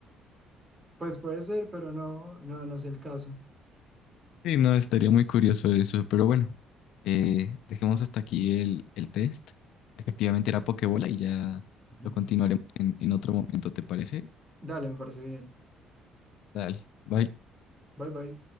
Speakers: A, on the right; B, on the left.
A: Pues puede ser, pero no, no, no es el caso.
B: Sí, no, estaría muy curioso eso, pero bueno, eh, dejemos hasta aquí el, el test. Efectivamente era Pokébola y ya
A: <laughs>
B: lo continuaremos en en otro momento, ¿te parece?
A: Dale, me parece bien.
B: Dale, bye.
A: Bye bye.